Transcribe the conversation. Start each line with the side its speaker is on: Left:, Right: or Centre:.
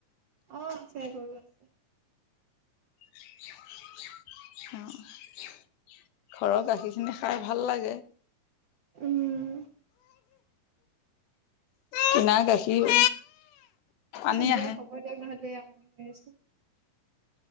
Right: অ, আছে গৰু আছে।
Left: <unintelligible> ঘৰত আহি <unintelligible> ভাল লাগে।
Right: উম।
Left: কিনা গাখীৰ পানী
Right: এ দিয়া
Left: আহে।
Right: হব দিয়ক নহলে, আমনি হৈ আছে।